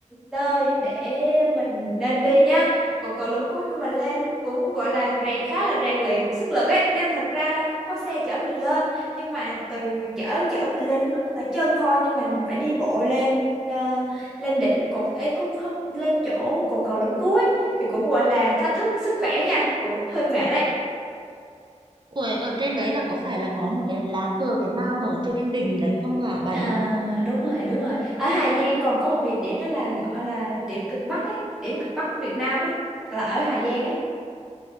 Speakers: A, in the centre; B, on the right.
A: nơi để mình nên đi nha. Cầu Cồn Lũng Cú nhưng mà lên cũng gọi là rèn khá là rèn luyện sức lực ấy nên thật ra cũng có xe chở mình lên nhưng mà từ chở chở mình lên lúc ở chân thôi nhưng mà mình phải đi bộ lên ờ, lên đỉnh cột ấy cũng không lên chỗ cột cầu Lũng Cú ấy thì cũng gọi là thách thức sức khỏe nha cũng hơi mệt đấy.
B: Ủa, ở trên đấy là có phải là có một cái lá cờ Việt Nam ở trên đỉnh đấy không hả bà
A: À,
B: nhỏ?
A: đúng rồi, đúng rồi. Ở Hà Giang còn có một địa điểm đó là gọi là điểm cực Bắc ấy, điểm cực Bắc của Việt Nam ấy, là ở Hà Giang ấy.